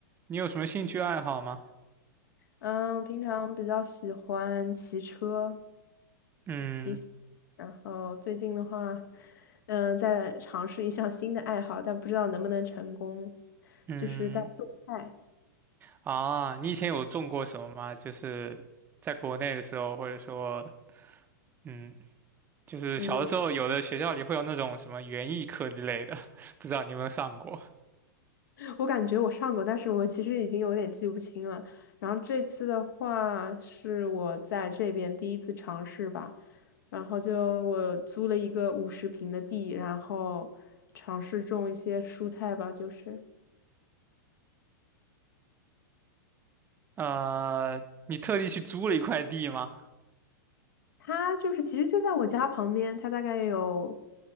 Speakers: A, on the right; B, on the left.
A: 你有什么兴趣爱好吗？
B: 嗯，平常比较喜欢骑车，
A: 嗯
B: 骑行，然后最近的话，嗯，在尝试一项新的爱好，但不知道能不能成功，
A: 嗯
B: 就是在种菜。
A: 啊，你以前有种过什么吗？就是在国内的时候，或者说，嗯，就是小的时候，
B: 嗯，
A: 有的学校里会有那种什么园艺课之类的，<laughs> 不知道你有没有上过？
B: 我感觉我上过，但是我其实已经有点记不清了。然后这次的话是我在这边第一次尝试吧，然后就我租了一个五十平的地，然后尝试种一些蔬菜吧，就是。
A: 呃，你特地去租了一块地吗？
B: 它就是其实就在我家旁边，它大概有